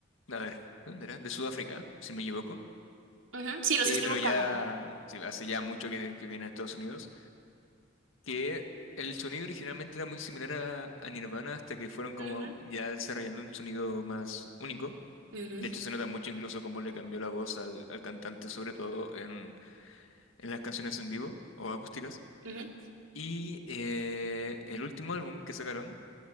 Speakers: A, on the left; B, on the right.
A: a ver, ¿dónde era? De Sudáfrica, si no me equivoco.
B: Ujú, sí, los
A: eh,
B: estoy
A: pero
B: buscando.
A: ya sí, hace ya mucho que, que viene a Estados Unidos, que el sonido originalmente era muy similar a, a Nirvana hasta que fueron como
B: Ujú.
A: ya desarrollando un sonido más único.
B: Ujú.
A: De hecho, se nota mucho incluso cómo le cambió la voz al, al cantante, sobre todo en, en las canciones en vivo o acústicas.
B: Ujú.
A: Y eh, el último álbum que sacaron,